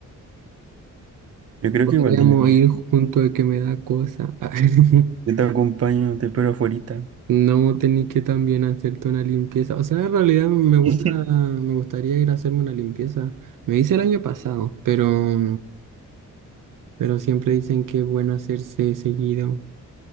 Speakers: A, on the right; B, on the right.
A: Yo creo
B: Podríamos
A: que igual debería.
B: ir junto de que me da cosa. <laughs>
A: Yo te acompaño, te espero afuerita.
B: No tenéis que también hacerte una limpieza. O sea, en realidad me gusta,
A: <laughs>
B: me gustaría ir a hacerme una limpieza. Me hice el año pasado, pero, pero siempre dicen que es bueno hacerse seguido.